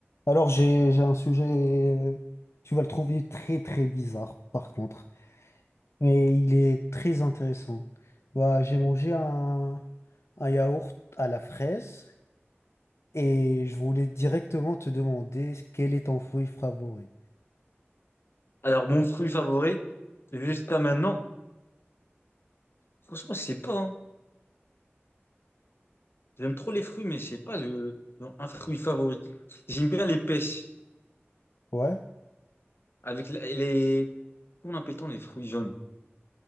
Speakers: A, on the left (about 80°); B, on the left (about 60°).
A: Alors, j'ai, j'ai un sujet, euh, tu vas le trouver très très bizarre par contre, mais il est très intéressant. Bah, j'ai mangé un, un yaourt à la fraise et je voulais directement te demander quel est ton fruit favori.
B: Alors, mon fruit favori, jusqu'à maintenant, franchement, c'est pas. hein. J'aime trop les fruits, mais c'est pas le, non, un fruit favori. J'aime bien les pêches,
A: Ouais,
B: avec la- les. Comment appelle-t-on les fruits jaunes?